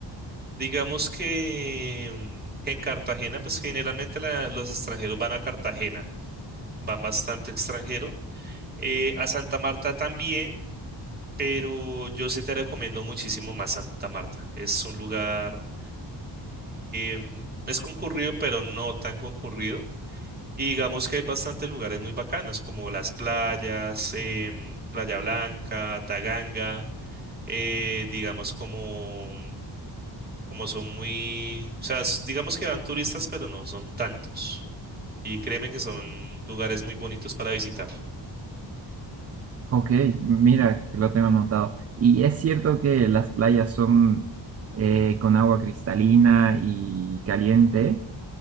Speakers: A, on the right; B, on the right.
A: Digamos que, em, que en Cartagena, pues generalmente la- los extranjeros van a Cartagena, van bastante extranjero. Eh, a Santa Marta también. pero yo sí te recomiendo muchísimo más Santa Marta. Es un lugar, em, es concurrido, pero no tan concurrido. Y digamos que hay bastantes lugares muy bacanos, como las playas, em, Playa Blanca, Taganga, eh, digamos como, como son muy, o sea, s- digamos que van turistas, pero no son tantos. Y créeme que son lugares muy bonitos para visitar.
B: Ok, mira que lo tengo anotado. ¿Y es cierto que las playas son eh, con agua cristalina y caliente?